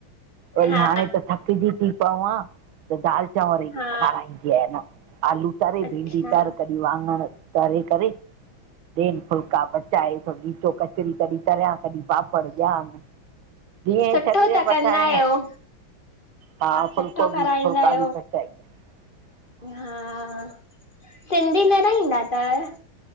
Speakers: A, on the right; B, on the left.
A: वरी
B: हा
A: हाणे त थकिजी थी पवां। त दालि चांवर ई
B: हा
A: खाराईंदी आहिया न आलू तरे
B: अच्छा
A: भिंडी तर क वांङण तरे करे ॾेन फुलका पचाए थो खीचो कचरी तरी तरियां कॾहिं पापड़ ॾियानि। जीअं
B: सुठो
A: शरीर जे
B: त
A: मथां
B: कंदा
A: आहे न।
B: आहियो
A: हा,
B: सुठो
A: फुल्को बि,
B: कराईंदा
A: फुल्का
B: आहियो
A: बि पच <inaudible>
B: हा, सिंधी न रहिंदा अथवि?